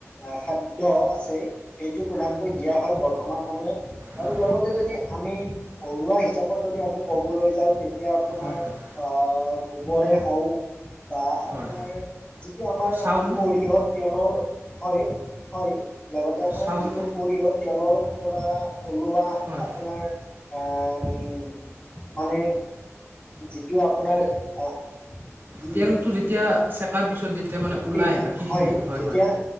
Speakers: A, on the left; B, on the right.
A: আ খাদ্য আছে। সেইটো প্ৰধানকৈ দিয়া হয় বৰ্তমান সময়ত
B: হয়
A: আৰু লগতে যদি আমি ঘৰুৱা হিচাপত যদি আমি ক'বলৈ যাওঁ তে তিয়া আপোনাৰ
B: হয় হয়
A: আ, গোবৰে হওঁক বা আপোনাৰ
B: হয়
A: যিটো আমাৰ
B: চাউল
A: সৰিয়হ তেলৰ, হয় হয়, লগতে আপোনাৰ
B: চাউল
A: যিটো সৰিয়হ তেলৰ পৰা ওলোৱা
B: হয়।
A: আপোনাৰ আ উম মানে যিটো আপোনাৰ অ কি
B: তেলটো
A: উম
B: যেতিয়া চেকাৰ পিছত যেতিয়া মানে ওলায়
A: কি
B: বাকীখিনি
A: হয়, যেতিয়া
B: হয়